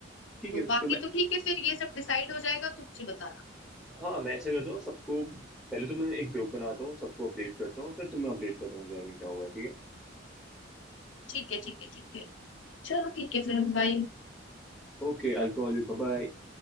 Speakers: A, on the left (about 85°); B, in the centre.
A: तो
B: ठीक है
A: बाकी
B: तो मैं
A: तो ठीक है फिर ये सब डिसाइड हो जाएगा तुम मुझे बताना
B: हाँ मैं ऐसा करता हूँ सबको पहले तो मैं एक ग्रुप बनाता हूँ सबको अपडेट करता हूँ फिर तुम्हें अपडेट करता हूँ इस बारे में क्या हुआ है ठीक
A: ठीक है ठीक है ठीक है चलो ठीक है फिर बाय
B: है Okay alcohol bye bye.